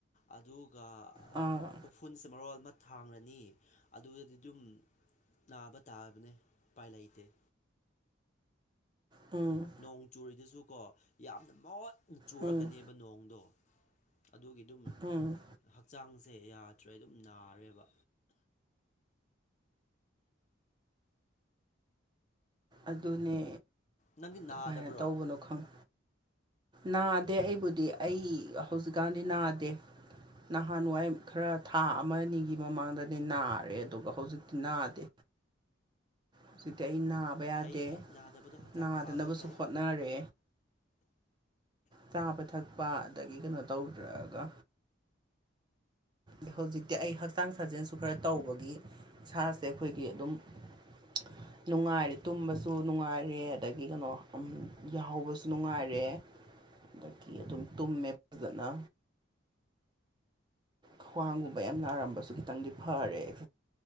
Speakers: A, on the left; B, on the right.
A: ꯑꯗꯨ ꯑꯗꯨꯒ
B: ꯑꯥ
A: ꯎꯐꯨꯟꯁꯦ ꯃꯔꯣꯜꯃ ꯊꯥꯡꯂꯅꯤ ꯑꯗꯨꯗꯗꯤ ꯑꯗꯨꯝ ꯅꯥꯕ ꯇꯥꯔꯕꯅꯦ ꯎꯄꯥꯏ ꯂꯩ ꯇꯦ
B: ꯎꯝ
A: ꯅꯣꯡ ꯆꯨꯔꯤꯗꯨꯁꯨ ꯀꯣ ꯌꯥꯝꯅ ꯃꯣꯠꯅ ꯆꯨꯔꯛꯀꯅꯦꯕ
B: ꯎꯝ
A: ꯅꯣꯡꯗꯣ ꯑꯗꯨꯒꯤꯗꯨꯝ
B: ꯎꯝ
A: ꯍꯛꯆꯥꯡꯁꯦ ꯌꯥꯗ꯭ꯔꯦ ꯑꯗꯨꯝ ꯅꯥꯔꯦꯕ
B: ꯑꯗꯨꯅꯦ
A: ꯅꯪꯗꯤ
B: ꯀꯃꯥꯏꯅ
A: ꯅꯥꯗꯕ꯭ꯔꯣ
B: ꯇꯧꯕꯅꯣ ꯈꯪ ꯅꯥꯗꯦ ꯑꯩꯕꯨꯗꯤ ꯑꯩ ꯍꯧꯖꯤꯛꯀꯥꯟꯗꯤ ꯅꯥꯗꯦ ꯅꯍꯥꯟꯋꯥꯏ ꯈꯔ ꯊꯥ ꯑꯃ ꯑꯅꯤꯒꯤ ꯃꯃꯥꯡꯗꯗꯤ ꯅꯥꯔꯦ ꯑꯗꯨꯒ ꯍꯧꯖꯤꯛꯇꯤ ꯅꯥꯗꯦ ꯍꯧꯖꯤꯛꯇꯤ ꯑꯩ ꯅꯥꯕ ꯌꯥꯗꯦ
A: ꯐꯩ ꯐꯩ ꯅꯥꯗꯕꯗꯣ ꯍꯛꯆꯥꯡ
B: ꯅꯥꯗꯅꯕꯁꯨ
A: ꯐꯥꯕꯗꯣ ꯐꯩ
B: ꯍꯣꯠꯅꯔꯦ ꯆꯥꯕ ꯊꯛꯄ ꯑꯗꯒꯤ ꯀꯩꯅꯣ ꯇꯧꯗꯔꯒ ꯑ ꯍꯧꯖꯤꯛꯇꯤ ꯑꯩ ꯍꯛꯆꯥꯡ ꯁꯥꯖꯦꯜꯁꯨ ꯈꯔ ꯇꯧꯕꯒꯤ ꯁꯥꯥꯁꯦ ꯑꯩꯈꯣꯏꯒꯤ ꯑꯗꯨꯝ <inaudible> ꯅꯨꯡꯉꯥꯏꯔꯦ ꯇꯨꯝꯕꯁꯨ ꯅꯨꯡꯉꯥꯏꯔꯦ ꯑꯗꯒꯤ ꯀꯩꯅꯣ ꯌꯥꯍꯧꯕꯁꯨ ꯅꯨꯡꯉꯥꯏꯔꯦ ꯑꯗꯒꯤ ꯑꯗꯨꯝ ꯇꯨꯝꯃꯦ ꯐꯖꯅ ꯈ꯭ꯋꯥꯡꯒꯨꯝꯕ ꯌꯥꯝ ꯅꯥꯔꯝꯕꯁꯨ
A: ꯑꯣ
B: ꯈꯤꯇꯪꯗꯤ ꯐꯔꯦꯛ